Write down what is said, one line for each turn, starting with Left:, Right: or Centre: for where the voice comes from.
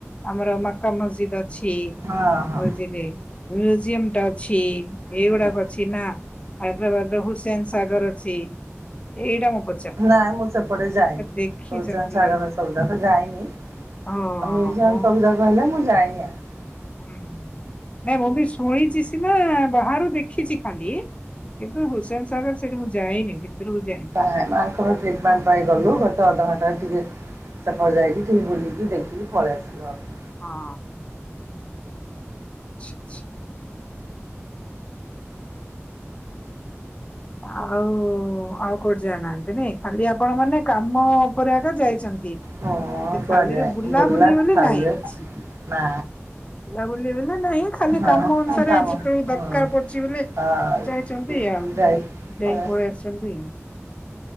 Left: ଆମର ମକା ମସଜିଦ୍ ଅଛି। ଅଛି
Right: ହଁ ହଁ
Left: ବରଦଡେ। ମ୍ୟୁଜିୟମ ଟା ଅଛି ଏଇଗୁଡାକ
Right: ହୁଁ
Left: ଅଛି ନା ହାଇଦ୍ରାବାଦର ହୁସେନ। ସାଗର ଅଛି ଏଇଟା ମୁଁ ପ
Right: ନାଇଁ ମୁଁ ସେପଟେ ଯାଇନି
Left: ଦେଖିଛନ୍ତି।
Right: ଚୌଚ ସାଗର ସବୁଯାକ ଯାଇନି ଆଉ
Left: ହଁ
Right: ମିୟୁଜିଅମ
Left: ମୁଁ
Right: ସୁବୁଜାକ ହେଲେ ମୁଁ ଯାଇନି ହାଆଡେ।
Left: ହୁଁ ନାଁ ମୁଁ ବି ଶଣିଛି ସି ହଁ ବାହାରୁ ଦେଖିଛି ଖାଲି କିନ୍ତୁ ହୁସେନ ସାଗର ସେଠି ମୁଁ ଯାଇନି ଭିତରକୁ ଯାଇନି।
Right: ନାଇ ମାଙ୍କର ଟ୍ରିଟମେଣ୍ଟ ପାଇଁ ଗଲୁ ଗୋଟେ ଅଧଘଣ୍ଟାରେ ଟିକେ ସେପଟେ ଯାଇକି ଟିକେ ବୁଲିକି ଦେଖିକି ପଳେଇ ଆସିଲୁ ଆଉ।
Left: ହଁ ଅଁ। <inaudible> ଆଉ ଆଉ କୋଉଠି ଯାଇ ନାହାନ୍ତି ନାଇ ଖାଲି ଆପଣ ମାନେ କାମ ଉପରେ ଏକା ଯାଇଛନ୍ତି।
Right: ହଁ
Left: <unintelligible>
Right: କୁଆଡେ
Left: ଖାଲିରେ
Right: ଯାଇନି
Left: ବୁଲା ବୁଲି ବୋଲି
Right: ଖାଲି
Left: ନାଇଁ କିଛି।
Right: ନା
Left: ବୁଲାବୁଲି ହେଲେ ନାଇଁ ଖାଲି
Right: ହଁ
Left: କାମ ଅନୁସାରେ
Right: କାମ
Left: ଯିବାକୁ
Right: ହଁ
Left: ଦରକାର ପଡୁଚି ବୋଇଲେ
Right: ହଁ
Left: ଯାଇ ଯାଆନ୍ତି ଯାଇକି
Right: ଯାଇ ପଳେଇ
Left: ପାଲେଇଆସନ୍ତି।